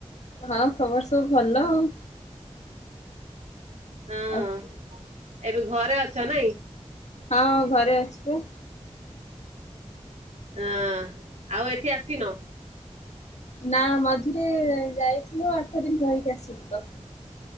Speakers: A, on the left; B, on the right.
A: ହଁ ଖବର ସବୁ ଭଲ ଆଉ।
B: ହଁ
A: ଆଉ
B: ଏବେ ଘରେ ଅଛ ନାଇଁ?
A: ହଁ ଘରେ ଆଛି।
B: ଅଁ ଆଉ ଏଠି ଆସିନ?
A: ନା ମଝିରେ ଯାଇଥିଲୁ ଆଠ ଦିନ ରହିକି ଆସିଲୁ ତ।